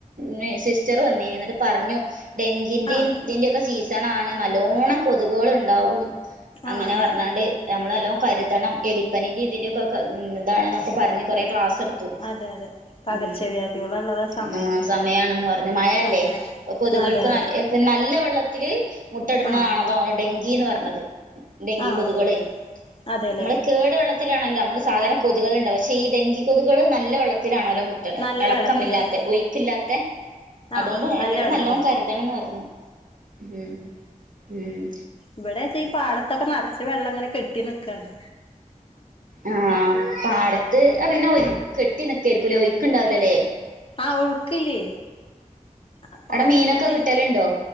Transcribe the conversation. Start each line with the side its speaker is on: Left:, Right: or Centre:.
Right: ന് സിസ്റ്ററ് വന്നിനി ഇന്നട്ട് പറഞ്ഞു ഡെങ്കിന്റിം
Left: ആഹ്
Right: ഇതിന്റെയെക്കെ സീസണാണ് നല്ലോണ്ണം കൊത്ക് കള് ഇണ്ടാവും അങ്ങനെ
Left: ആഹ് ആഹ്
Right: പർഞ്ഞാണ്ട് ഞമ്മള് നല്ലോം കരുതണം എലിപ്പനിന്റിം ഇതിന്റെക്കൊക്കെ ഇതാണ്ന്നൊക്കെ പർഞ്ഞ് കൊറേ ക്ലാസ് എട് ത്തു
Left: അതെ അതെ പകർച്ചവ്യാധികളുള്ള
Right: ഉം ഉം
Left: സമയല്ലേ
Right: ആഹ് സമയാണെന്ന് പറഞ്ഞു മഴയല്ലേ
Left: അതെ
Right: അപ്പൊ കൊത്ക്
Left: അതെ
Right: കൾക്ക്
Left: അതെ
Right: ന എഹ് പി നല്ല വെള്ളത്തില് മുട്ട ഇട്ണെ
Left: ആഹ്
Right: ആണല്ലോ ഡെങ്കിന്ന് പർഞ്ഞത് ഡെങ്കി
Left: ആഹ്
Right: കൊത്ക് കളെയ്
Left: അതെല്ലേ
Right: മ്മള് കേട് വെള്ളത്തിലാണല്ലോ അമ്മള് സാധാരണ കൊത്ക് കള് ഇണ്ടാവാ പക്ഷേ ഈ ഡെങ്കി കൊതുക് കള് നല്ല വെള്ളത്തിലാണോല്ലോ മു ട്ടട
Left: നല്ല
Right: എളക്കമില്ലാത്തെ
Left: വെള്ളത്തിലല്ലേ
Right: ഒഴ്ക്ക് ഇല്ലാത്തെ അതുകൊണ്ട്
Left: ആഹ് നല്ല
Right: ഇവരെ
Left: വെള്ളത്തില്
Right: നല്ലോം കരുതണംന്ന് പറഞ്ഞു ഉം ഉം ഉം
Left: ഇവടേച്ചാ ഈ പാടത്തൊക്കെ നെറച്ച് വെള്ളം ഇങ്ങനെ കെട്ടി നിക്കാണ്
Right: ആഹ് പാടത്ത് ആഹ് പിന്നെ ഒയ് കെട്ടി നിക്കേര്ക്കുംല്ലേ ഒഴുക്ക്ഇണ്ടാവുലല്ലേ
Left: ആഹ് ഒഴുക്കില്ലേ അപ്പൊ
Right: അവിടെ
Left: അങ്ങനെ
Right: മീനൊക്കെ കിട്ടലുണ്ടോ